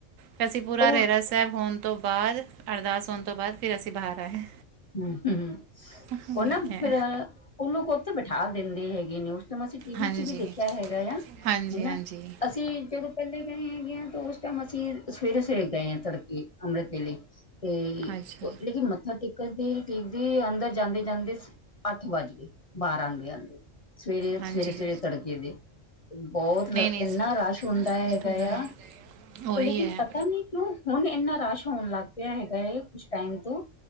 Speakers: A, on the right; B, on the left.
A: ਫੇਰ ਅਸੀਂ ਪੂਰਾ
B: ਔਰ
A: ਰੇਰਾਸ ਸਾਬ ਹੋਨ ਤੋਂ ਬਾਦ ਅਰਦਾਸ ਹੋਨ ਤੋਂ ਬਾਦ ਫੇਰ ਅਸੀਂ ਬਾਰ ਆਏ।
B: ਹੂੰ-ਹੂੰ,
A: ਠੀਕ
B: ਓ ਨਾ
A: ਹੈ
B: ਫਿਰ ਓਨੂੰ ਓਥੇ ਬਿਠਾ ਦਿੰਦੇ ਹੈਗੇ ਨੇ ਉਸ ਟੈਮ ਅਸੀ ਟੀਵੀ
A: ਹਾਂਜੀ
B: ਚ ਵੀ ਦੇਖੇਆ ਹੈਗਾ ਆ ਹੈਨਾ,
A: ਹਾਂਜੀ ਹਾਂਜੀ
B: ਅਸੀਂ ਜਦੋਂ ਕੱਲੇ ਗਏ ਹੈਗੇ ਆਂ ਤੇ ਓਸ ਟੈਮ ਅਸੀਂ ਸਵੇਰੇ-ਸਵੇਰੇ ਗਏ ਆਂ ਤੜਕੇ ਅੰਮ੍ਰਿਤ ਦੇ ਲਈ। ਤੇ
A: ਅੱਛਾ
B: ਲੇਕਿਨ ਮੱਥਾ ਟੇਕ ਦੇ ਟੇਕਦੇ ਅੰਦਰ ਜਾਂਦੇ-ਜਾਂਦੇ ਅੱਠ ਵੱਜ ਗੇ ਬਾਰ ਆਂਦੇ-ਆਂਦੇ ਸਵੇਰੇ-ਸਵੇਰੇ-ਸਵੇਰੇ
A: ਹਾਂਜੀ
B: ਤੜਕੇ ਦੇ। ਬੋਤ
A: ਨਹੀਂ ਨਹੀਂ
B: ਐਨਾ
A: ਸਰ
B: ਰਸ਼ ਹੁੰਦਾ ਹੈਗਾ
A: ਧੁੰਦਲਾ
B: ਆ,
A: ਉਹੀ
B: ਲੇਕਿਨ
A: ਹੈ
B: ਪਤਾ ਨੀ ਕਿਓਂ ਹੁਨ ਏਨਾ ਰਸ਼ ਹੋਣ ਲੱਗ ਪਿਆ ਹੈਗਾ ਏ ਕੁਛ ਟਾਈਮ ਤੋਂ